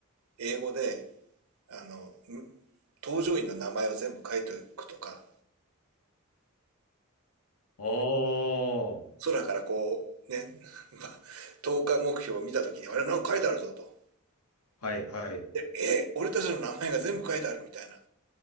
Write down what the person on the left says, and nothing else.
ああ、は
いはい。